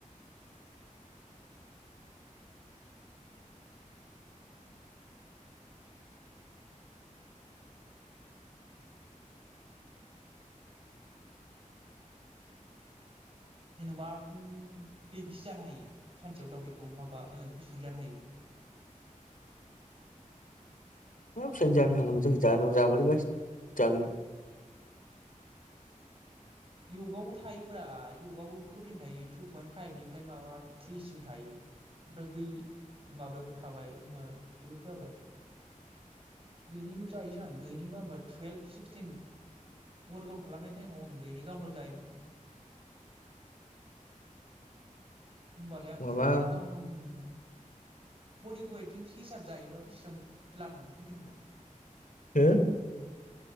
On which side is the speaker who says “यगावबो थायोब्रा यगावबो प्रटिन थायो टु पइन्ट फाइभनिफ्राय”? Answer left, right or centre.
Right